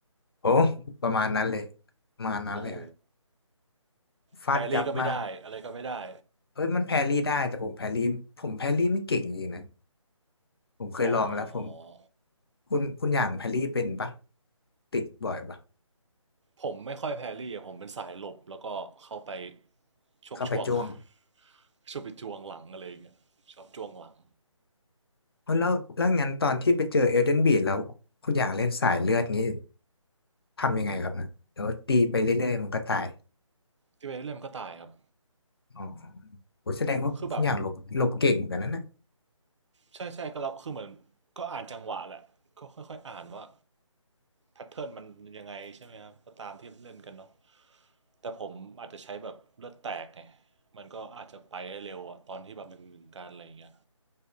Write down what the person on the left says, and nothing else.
โอ้ประมาณนั้นเลยประมาณนั้นเลยฮะ
ฟาดยับมาก
เอ้ยมันแพรรี่ได้แต่ผมแพรรี่ผมแพรรี่ไม่เก่งจริงๆนะผมเคยลองแล้วผม
คุณคุณอย่างแพรรี่เป็นปะติดบ่อยปะ
เข้าไปจ้วง
เอ้ยแล้วแล้วงั้นตอนที่ไปเจอเอลเดนบีดแล้วคุณอย่างเล่นสายเลือดนี้ทำยังไงครับนะเดี๋ยวตีไปเรื่อยๆมันก็ตาย
อ๋อโหแสดงว่าคุณอย่างหลบหลบเก่งเหมือนกันนะนะ